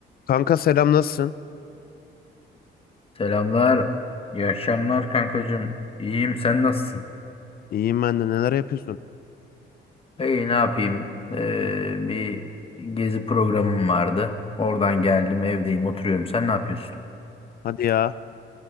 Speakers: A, on the left; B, on the left.
A: Kanka selam nasılsın?
B: Selamlar. İyi akşamlar kankacığım. İyiyim sen nasılsın?
A: İyiyim ben de neler yapıyorsun?
B: İyi ne yapayım? Ee, bir gezi programım vardı. Oradan geldim evdeyim oturuyorum. Sen ne yapıyorsun?
A: Hadi ya.